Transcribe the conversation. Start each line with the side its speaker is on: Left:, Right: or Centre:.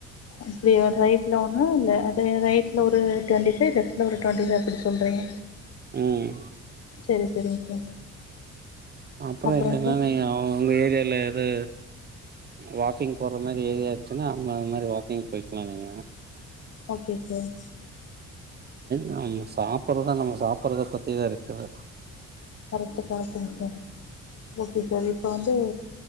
Left: அப்டிய ரைட்ல ஒன்னு இல்ல அத ரைட் ஒரு ட்வெண்டி ஃபை ஃலெப்ட் ஒரு டுவென்டி ஃபைவ் அப்டி சொல்றிங்க
Right: ம்
Left: செரி சரிங்க சார்
Right: அப்புறோ
Left: அப்புறங்க
Right: இல்லனா
Left: சார்
Right: நீங்க உங்க ஏரியால எது வாக்கிங் போற மாரி ஏரியா இருந்துச்சுன்னா நம்ம அது மாரி வாக்கிங் போயிக்லா நீங்க
Left: ஓகே சார்
Right: நம்ம சாப்பறதுதா நம்ம சாப்பறத பத்திதா இருக்குது
Left: கரெக்ட்டு கரெக்ட்டுங்க சார் ஓகே சார் இப்போ வந்து